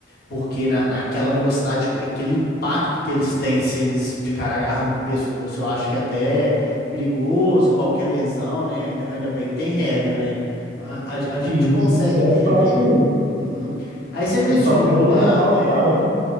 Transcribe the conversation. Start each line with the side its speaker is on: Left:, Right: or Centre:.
Left: porque na, naquela velocidade, que- aquele impacto que eles têm, se eles ficarem agarrando pro pescoço, eu acho que até é perigoso, qualquer lesão, né? Ainda, ainda bem que tem regra, né? A, a, a gente
Right: E
Left: consegue
Right: isso serve
Left: entender.
Right: para isso mesmo.
Left: Uhum. Aí você mencionou
Right: Isso para preservar
Left: lá,
Right: os
Left: é,
Right: caras, né?